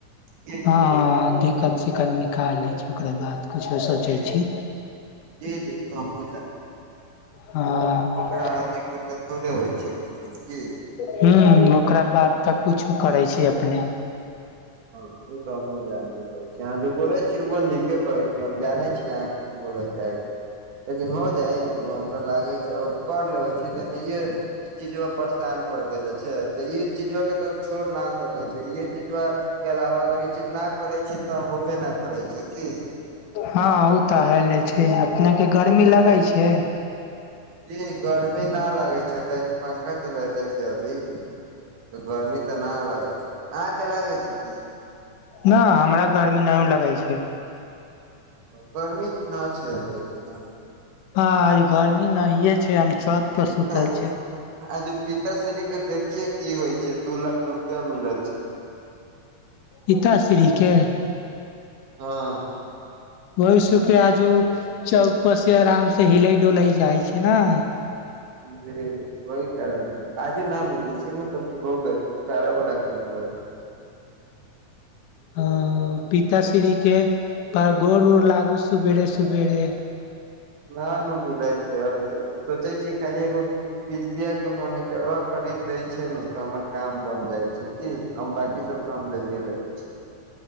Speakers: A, on the right; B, on the left.
A: जी
B: हँ दिक्कत सिक्कत निकालै छै ओकरे बात करै छी सोचै
A: जी
B: छी
A: जी जी ओ तऽ हमहुँ
B: हँ
A: एकरा अथी करले थोड़े होइ छै कुछो की
B: ह ओकरा बाद तऽ कुछो करै छी अपने
A: हँ ओ तऽ हम जानबे करै छीय अहाँ जे बोले छीय ओहो नीके कहै छी हम जानै छी अहाँ की बल चाहै छै लेकिन हो जाइ ओ हमरा लागै छै आ कर लेबे छी तनिे ई चीज परेशान कर देेले छै तऽ ई चीज के तो छोड़ न सकै छै ई चीज के अलावा अगर ई चीज न करे छी तऽ होबे न करे छै की
B: हँ ओ तऽ हले छै अपनेके गर्मी लगैत छै
A: जी गर्मी न लागै छै काहि पंखा चलले छै अभी तऽ गर्मी तऽ न लगै छै अहाँके लागै छै की
B: न हमरा गरमी नहि लगै छै
A: गरमी न छै अभी बत ने
B: ह गर्मी नहिे छै हम छत पर सुतल
A: हँ
B: छै
A: आ जे पिताश्री के देखिये की होइ छै दू लाख रुपआ मिलल छै
B: पाताश्रीके
A: हँ
B: ओहि सुखी आजू चौक पर से आराम से हिलै डुलै जाइ छै ने
A: जी ओहि कारण काजे न मिलै छै मतलब क हो गेल छै सारा बड़ा के मिलल छै
B: अ पीताश्री के पर गोर उर लागू सवेरे सवेरे
A: न न मिलै छै सोचै छी खाली एगो पीसिया के मोनिटरो खरीद देय छै ने त हमर काम बन जाय छै की हम बाकी सब क हम लैये लेबै छी